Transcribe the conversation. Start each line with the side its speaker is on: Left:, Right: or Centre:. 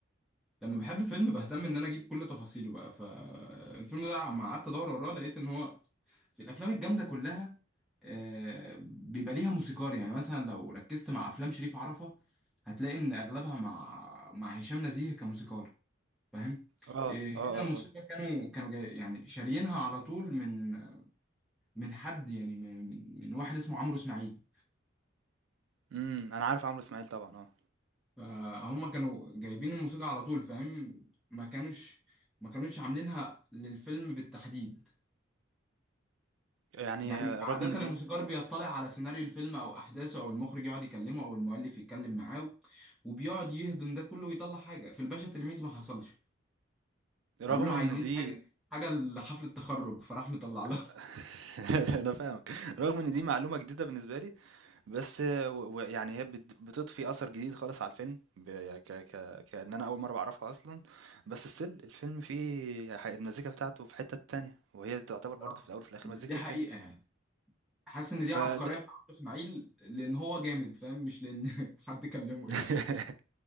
Centre: لما بحب فيلم بهتم ان انا اجيب كل تفاصيله بقى فالفيلم ده عم قعدت ادور وراه لقيت ان هو في الافلام الجامده كلها آه، بيبقى ليها موسيقار يعني مثلا لو ركزت مع افلام شريف عرفة هتلاقي ان اغلبها مع مع هشام نزيه كموسيقار فاهم
Right: اه
Centre: آه،
Right: اه
Centre: هنا الموسيقى
Right: اه اه
Centre: كانوا كانوا جاي يعني شاريينها على طول من من حد يعني من من من واحد اسمه عمرو اسماعيل
Right: امم انا عارف عمرو اسماعيل طبعا اه
Centre: فهم كانوا جايبين الموسيقى على طول فاهم ما كانوش ما كانوش عاملينها للفيلم بالتحديد
Right: يعني
Centre: يعني
Right: آه،
Centre: عادة
Right: رغم ان دي
Centre: الموسيقار بيطلع على سيناريو الفيلم أو أحداثه أو المخرج يقعد يكلمه أو المؤلف يتكلم معاه وبيقعد يهضم ده كله ويطلع حاجة في الباشا تلميذ ما حصلش قالوا
Right: رغم
Centre: له عايزين
Right: ان دي
Centre: حاجة حاجة لحفلة التخرج فراح مطلع لهم
Right: <laughs>
Centre: <laughs>
Right: انا فاهمك رغم ان دي معلومة جديدة بالنسبة لي بس آه، و- و- يعني هي بت- بتضفي اثر جديد خالص على الفيلم ب- يعني ك ك كأن انا اول مرة بعرفها اصلا بس ستيل الفيلم فيه ح- المزيكا بتاعته في حتة تانية وهي تعتبر برضه
Centre: صراحة.
Right: في الاول وفي الاخر
Centre: دي
Right: مزيكة
Centre: حقيقة يعني حاسس إن دي
Right: الفيلم
Centre: عبقرية مع عمرو إسماعيل لأن هو جامد فاهم مش لأن <laughs> حد كلمه
Right: <laughs>
Centre: يعني